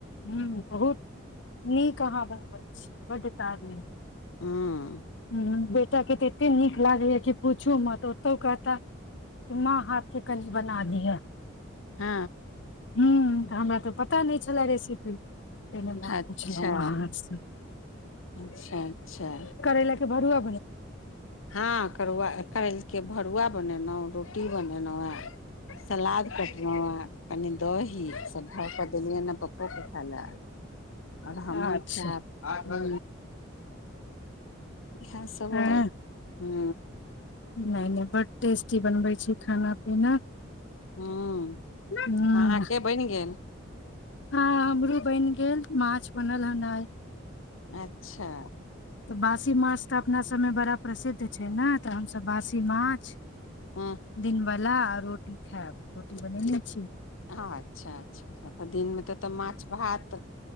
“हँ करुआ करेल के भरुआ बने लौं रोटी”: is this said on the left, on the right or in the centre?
Left